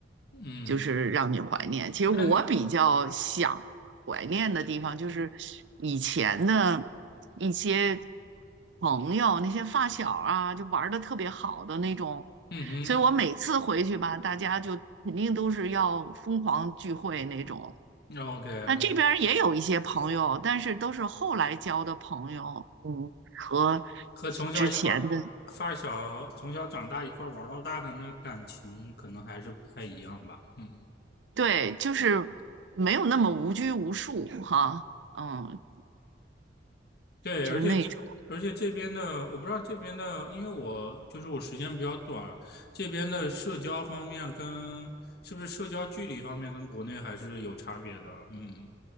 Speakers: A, on the left; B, on the right.
A: 嗯，
B: 就是让你怀念。其实我比较想怀念的地方就是以前的
A: 那你，
B: 一些朋友，那些发小啊，就玩的特别好的那种，
A: 嗯哼
B: 所以我每次回去吧，大家就肯定都是要疯狂聚会那种。
A: ，OK，那，OK，
B: 那这边儿也有一些朋友，
A: 哦，
B: 但是都是后来交的朋友，嗯，和
A: 和从小一块儿
B: 之前的，
A: 发小，从小长大一块儿玩儿到大的那感情，可能还是不太一样吧。嗯。
B: 对，就是没有那么无拘无束哈，嗯，
A: 对，
B: 就那种，
A: 而且这而且这边的，我不知道这边的，因为我就是我时间比较短，这边的社交方面跟是不是社交距离方面跟国内还是有差别的，嗯